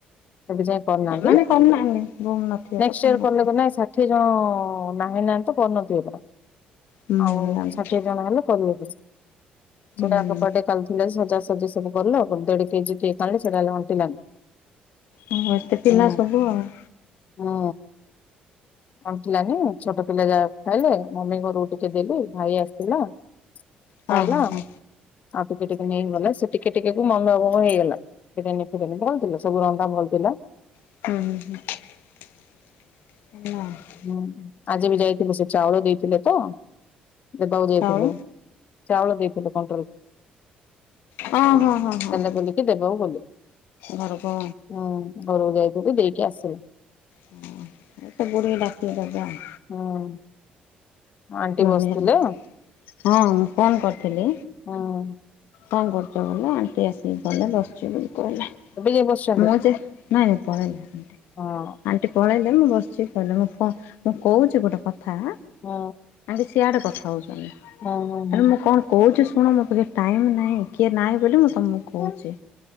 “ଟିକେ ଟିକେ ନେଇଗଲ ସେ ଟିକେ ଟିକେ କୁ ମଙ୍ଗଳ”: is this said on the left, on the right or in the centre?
Left